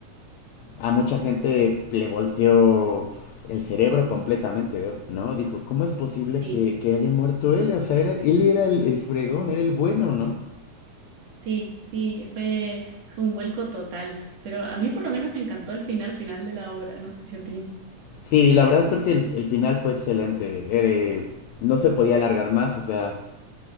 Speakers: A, on the left; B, on the right.
A: a mucha gente le volteó el cerebro completamente, ¿no? Dijo, ¿cómo es posible
B: Sí,
A: que, que haya muerto él? O sea, era, él era el, el, fregón, era el bueno, ¿no?
B: sí, sí, fue, fue un vuelco total. Pero a mí por lo menos me encantó el final, final de la obra. No sé si a ti.
A: Sí, la verdad creo que el, el final fue excelente. Era, eh, no se podía alargar más, o sea,